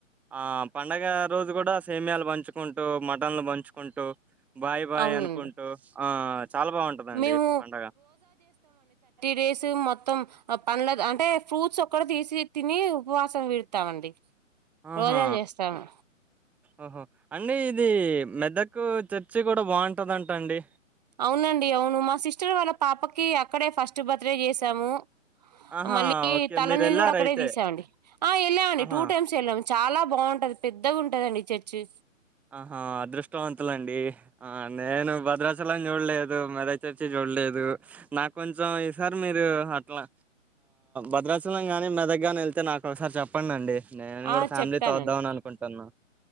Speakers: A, in the centre; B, on the right.
A: ఆ పండగ రోజు కూడా సేమయాలు పంచుకుంటూ మటన్లు పంచుకుంటూ బాయ్ బాయ్
B: అవునండి
A: అనుకుంటూ ఆ చాలా బాగుంటదండి
B: మేము
A: పండగ
B: ఫేసు మొత్తం పండ్ల అంటే ఫ్రూట్స్ ఒక్కడ తీసి తిని ఉపవాసం విడతామండి
A: ఆహా
B: రోజా చేస్తాము
A: ఆహో అన్నీ ఇది మెద్దకు చర్చి కూడా బాగుంటదింటండి
B: అవునండి అవును మా సిస్టర్ వాళ్ళ పాపకి అక్కడే ఫస్ట్ బర్త్డే చేసాము
A: ఆహా
B: మళ్ళీ
A: ఓకే
B: తల
A: మీరు
B: నీళ్ళు
A: వెళ్ళార
B: కూడా అక్కడే
A: అయితే
B: తీసామండి ఆ వెళ్ళామండి
A: ఆహా
B: టూ టైమ్స్ వెళ్ళాము చాలా బాగుంటది పెద్దగా ఉంటదండి చర్చి
A: ఆహా అదృష్టవంతులండి ఆ నేను భద్రాచలని చూడలేదు మెదా చర్చి చూడలేదు లేదు నాకు కొంచెం ఈ సార్ మీరు అట్లా భద్రాచలం కానీ మెదక్ ని వెళ్తే నాకు ఒకసారి చెప్పండిండి నేను
B: ఆ
A: కూడా ఫ్యామిలీ
B: చెప్తానండి
A: తోద్దాం అని అనుకుంటున్నా